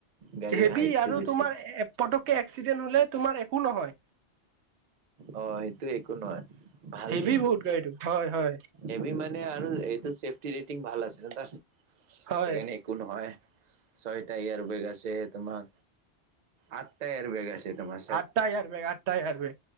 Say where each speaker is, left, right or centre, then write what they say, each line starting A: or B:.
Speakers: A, on the right; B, on the right.
A: গাড়ীৰ
B: হেভি
A: হাইটটো
B: আৰু
A: বেছি
B: তোমাৰ পটককে এক্সিডেণ্ট হলে তোমাৰ একো নহয়
A: অ সেইটো একো নহয় ভাল
B: হেভি
A: কিন্তু
B: বহুত গাড়ীটো হয় হয়
A: এবি মান আৰু এইটোফি ৰেটিং ভাল আছে ন তাৰ
B: হয়
A: সেইকাৰণে একো নহয় ছয়টা এয়াৰ বেগ আছে তোমাৰ আঠটা এয়াৰ বেগ আছে তোমাৰ
B: আঠ হাৰ বেগ আঠটা হাৰ ব